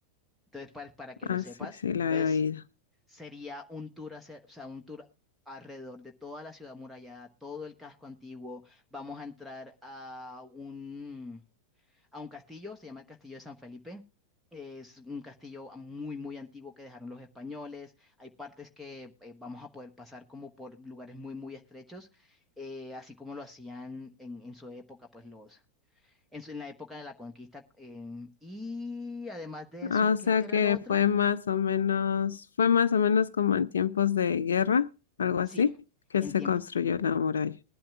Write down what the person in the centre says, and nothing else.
Entonces, para, para que
lo sepas,
entonces
sería un tour, hacer, o sea, un tour alrededor de toda la ciudad amurallada, todo el casco antiguo. Vamos a entrar a un a un castillo, se llama el Castillo de San Felipe. Es un castillo muy, muy antiguo que dejaron los españoles. Hay partes que eh, vamos a poder pasar como por lugares muy, muy estrechos, eh, así como lo hacían en, en su época, pues los, en, su- en la época de la conquista. eh, y además de eso,
¿qué,
qué era
lo otro?
Sí,
en
tiempo.